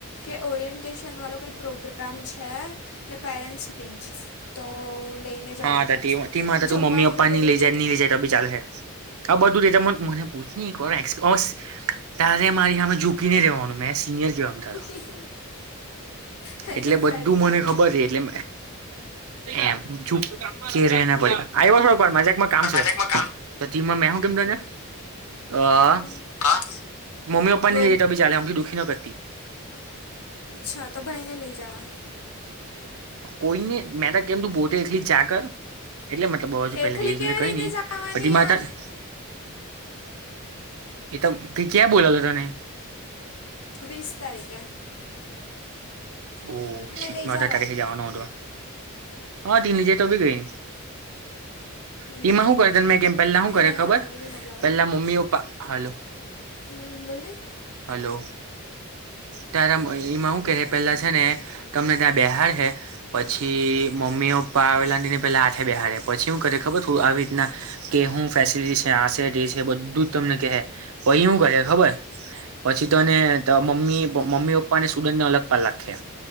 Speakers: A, on the left; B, on the right.
A: કે ઓરિએન્ટેશન વાળો કઈ પ્રોગ્રામ છે. ને પેરેન્ટ્સ મીટિંગ છે તો લઈને જવાનું
B: હાી
A: પેરેન્ટ્સને
B: તો તેમાં તો
A: જમવાનું
B: તું મમ્મી પપ્પા
A: ને બધું
B: ની લઈ જાય ની લઈ જાય તો બી ચાલલે હે. આ બધુંતે મને પૂછ ન એક વારસ તારે મારી હમે જુ જુકીને રેવાનું મે એ સિનય કે અનંધરો.
A: <inaudible>
B: એટલે બધું
A: તારી
B: મને
A: હાવ
B: ખબર
A: ચૂકી
B: છે એટલે એમ. ચૂપ કે રે ને ભાઈ આવ્યો મેં જરાક મા જરાક કામ છે.
A: મજાકમાં કામ
B: તો ટીમાં મે હું કેમ તને. અ
A: હમ હા
B: મમ્મી પપ્પાને
A: બોલ
B: ની લઈ જાય તો બી ચાલે અમથી દુઃખી ની કરતી.
A: અચ્છા તો ભાઈ ને લઈ જવા.
B: કોઈ ને મેં તો કેમ તું પોતે એકલી જા કર. એટલે મતલબ બોજ
A: એકલી
B: પેલે દિવસ
A: કેવી
B: એટલે કંઈ
A: રીતે
B: ની
A: જવાની
B: પછી
A: યાર
B: માર તાં જ ઈ તો ક્યાં બોલાવે તને.
A: વીસ તારીકે.
B: ઓ શીટ
A: લઈ
B: મેં અઢાર
A: જવા
B: તારીખે જવાનો હતો હા તેને લઈ જાય તો બી કંઈ ની. ટીમા
A: ને
B: હું કરે
A: મમ્મી
B: ત મેં કેમ પહેલા હું
A: એના
B: કરે
A: હાથે
B: ખબર
A: મમ્મી ની મોકલાવે
B: પહેલા મમ્મી પપ્પા હાલો.
A: હમ્મ બોલની.
B: હલો તારા એમાં હું કે. પેલા છે ને તમને ત્યાં બેહાર હૈ. પછી મમ્મી પપ્પા આવેલાા તેને પેલા હાથે બેહાડે પછી હું કરે ખબર થું આવી રીતના કે હું ફેસિલિટી છે આશે જે છે બધું જ તમને કેહે પહી હું કરે ખબર પછી તને ત મમ્મી મમ્મી પપ્પાને સ્ટુડન્ટ ને અલગ પાડી લાખે.